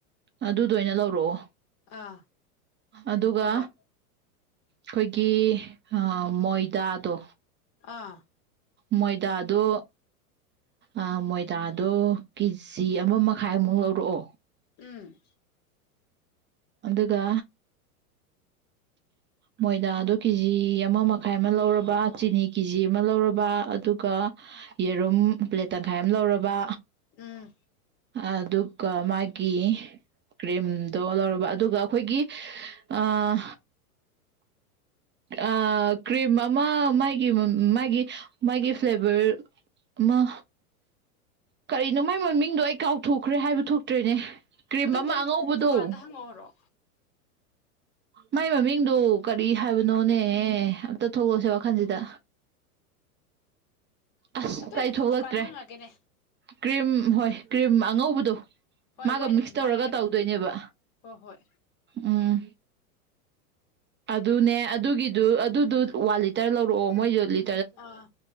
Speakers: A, on the right; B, on the left.
A: ꯑꯗꯨꯗꯣ ꯑꯣꯢꯅ ꯂꯧꯔꯛꯑꯣ
B: ꯑꯥ
A: ꯑꯗꯨꯒ
B: ꯍꯣꯏ ꯍꯣꯏ
A: ꯈꯣꯢꯒꯤ ꯑꯥ ꯃꯣꯢꯗꯥꯗꯣ
B: ꯑꯥ
A: ꯃꯣꯢꯗꯥꯗꯨ ꯑꯥ ꯃꯣꯏꯗꯥꯗꯨ ꯀꯦꯖꯤ ꯑꯃꯥ ꯃꯈꯥꯏꯃꯨꯛ ꯂꯧꯔꯛꯑꯣ
B: ꯎꯝ
A: ꯑꯗꯨꯒ ꯃꯣꯏꯗꯥꯗꯨ ꯀꯦꯖꯤ ꯑꯃꯥ ꯃꯈꯥꯏ ꯑꯃ ꯂꯧꯔꯕ ꯆꯤꯅꯤ ꯀꯦꯖꯤ ꯑꯃ ꯂꯧꯔꯕ ꯑꯗꯨꯒ ꯌꯦꯔꯨꯝ ꯄ꯭ꯂꯦꯠ ꯇꯪꯈꯥꯏ ꯑꯝ ꯂꯧꯔꯕ
B: ꯎꯝ
A: ꯑꯗꯨꯒ ꯃꯥꯒꯤ ꯀ꯭ꯔꯤꯝꯗꯣ ꯂꯧꯔꯕ ꯑꯗꯨꯒ ꯑꯈꯣꯏꯒꯤ ꯑꯥ ꯑꯥ ꯀ꯭ꯔꯤꯝ ꯑꯃ ꯃꯥꯒꯤ ꯃꯨ ꯃꯥꯒꯤ ꯃꯥꯒꯤ ꯐ꯭ꯂꯦꯚꯔ ꯑꯃ ꯀꯔꯤꯅꯣ ꯃꯥꯏ ꯃꯃꯤꯡꯗꯣ ꯑꯩ ꯀꯥꯎꯊꯣꯛꯈ꯭ꯔꯦ ꯍꯥꯏꯕ ꯊꯣꯛꯇ꯭ꯔꯦꯅꯦ ꯀ꯭ꯔꯤꯝ
B: ꯑꯗꯨꯝꯗꯤ
A: ꯑꯃ
B: ꯑꯩ
A: ꯑꯉꯧꯕꯗꯣ
B: ꯗꯨꯀꯥꯟꯗ ꯍꯪꯉꯛꯑꯣꯔꯣ
A: ꯃꯥꯏ ꯃꯃꯤꯡꯗꯣ ꯀꯔꯤ ꯍꯥꯏꯕ ꯅꯣꯅꯦꯍꯦ ꯑꯝꯇ ꯊꯣꯛꯂꯧꯁꯦ ꯋꯥꯈꯟꯖꯤꯗ ꯑꯁ
B: ꯑꯗꯨ ꯑꯩ
A: ꯀꯩ ꯊꯣꯂꯛꯇ꯭ꯔꯦ
B: ꯗꯨꯀꯥꯟꯗ ꯍꯪꯉꯛꯑꯒꯦꯅꯦ
A: ꯀ꯭ꯔꯤꯝ ꯍꯣꯏ ꯀ꯭ꯔꯤꯝ ꯑꯉꯧꯕꯗꯨ
B: ꯍꯣꯏ
A: ꯃꯥꯒ
B: ꯋꯥꯏꯠ ꯑꯗꯨꯝ
A: ꯃꯤꯛꯁ ꯇꯧꯔꯒ
B: ꯍꯥꯏꯔꯒꯦꯅꯦ
A: ꯇꯧꯗꯣꯏꯅꯦꯕ
B: ꯍꯣꯏ ꯍꯣꯏ
A: ꯎꯝ ꯑꯗꯨꯅꯦ ꯑꯠ ꯗꯨ ꯑꯗꯨꯗꯨ ꯋꯥꯟ ꯂꯤꯇꯔ ꯂꯧꯔꯛꯑꯣ ꯃꯣꯏ ꯌꯣꯜꯂꯤ
B: ꯑꯥ